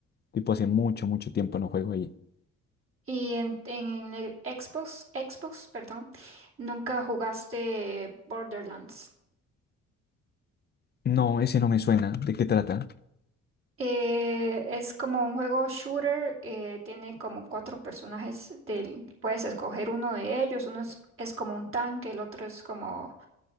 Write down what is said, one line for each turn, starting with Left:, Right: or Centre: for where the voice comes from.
Left: Tipo, hace mucho, mucho tiempo no juego ahí.
Right: Y en, en el Xbox, Xbox, perdón, nunca jugaste Borderlands.
Left: No, ese no me suena. ¿De qué trata?
Right: Eh, es como un juego shooter, eh, tiene como cuatro personajes del, puedes escoger uno de ellos, uno es, es como un tanque, el otro es como